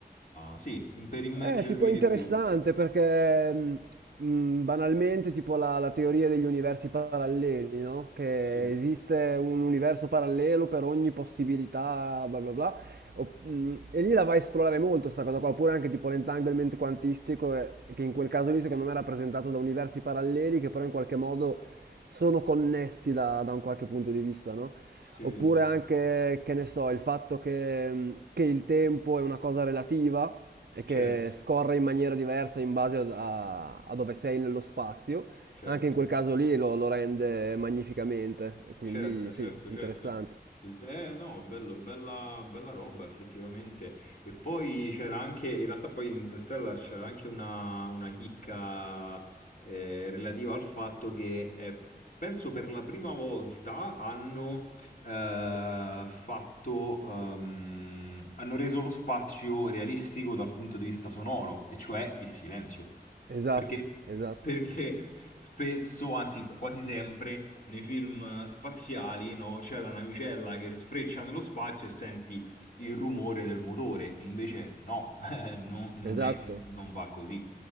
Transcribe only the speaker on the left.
eh, sì, per immergermi
di
più.
Sì,
sì,
sì, sì.
Certo,
certo.
Certo,
certo,
certo. Il te, eh, no, bello, bella, bella roba effettivamente. E poi c'era anche, in realtà poi in Interstellar c'era anche una, una chicca eh, relativa al fatto che eh, penso per la prima volta hanno eh, fatto, ehm, hanno reso lo spazio realistico dal punto di vista sonoro, e cioè il silenzio.
Perché,
perché spesso, anzi quasi sempre, nei film spaziali no? c'è la navicella che sfreccia nello spazio e senti il rumore del motore, invece no, <laughs> non, non,
è, non va così.